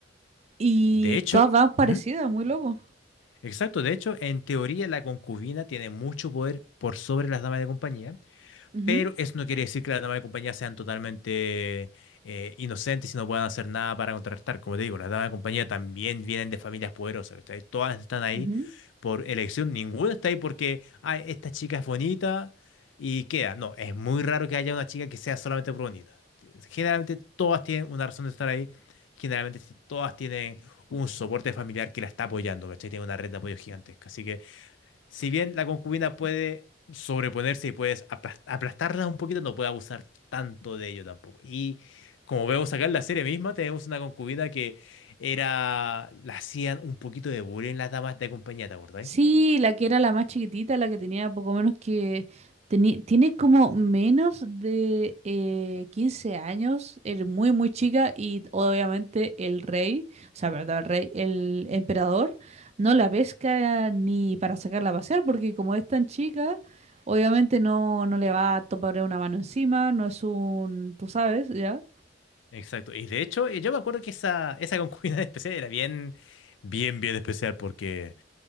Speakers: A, on the right; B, on the left.
A: y
B: De hecho,
A: todas van parecidas,
B: ujú,
A: muy loco.
B: exacto, de hecho, en teoría la concubina tiene mucho poder por sobre las damas de compañía,
A: Ujú,
B: Pero eso no quiere decir que las damas de compañía sean totalmente eh, inocentes y no puedan hacer nada para contrarrestar. Como te digo, las damas de compañía también vienen de familias poderosas, ¿cachai? Todas están ahí
A: ujú.
B: por elección, ninguna está ahí porque, ay, esta chica es bonita y queda. No, es muy raro que haya una chica que sea solamente por bonita. Generalmente todas tienen una razón de estar ahí, generalmente todas tienen un soporte familiar que la está apoyando, ¿cachai? Tiene una red de apoyo gigantesca. Así que si bien la concubina puede sobreponerse y puedes aplas- aplastarla un poquito, no puede abusar tanto de ello tampoco. Y como vemos acá en la serie misma, tenemos una concubina que era, la hacían un poquito de bullying las damas de compañía, ¿te acordáis?
A: Sí, la que era la más chiquitita, la que tenía poco menos que... teni- tiene como menos de eh, 15 años, es muy, muy chica y obviamente el rey, o sea, perdón, el rey, el emperador, no la pesca ni para sacarla a pasear porque como es tan chica, obviamente no, no le va a topar una mano encima, no es un, tú sabes, ¿ya?
B: Exacto. Y de hecho, eh, yo me acuerdo que esa, esa concubina <laughs> especial era bien, bien, bien especial porque